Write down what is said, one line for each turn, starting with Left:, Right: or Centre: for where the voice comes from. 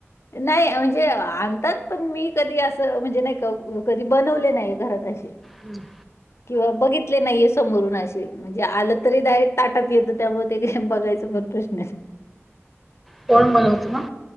Left: नाही म्हणजे आणतात पण मी कधी असं म्हणजे नाही क. कधी बनवले नाही घरात अशी
Centre: हम्म
Left: किंवा बघितले नाहीये समोरून अशे म्हणजे आलं तरी डायरेक्ट ताटात येतं त्यामुळे ते काही बघायच पण प्रश्न आहे
Centre: कोण बनवतं मग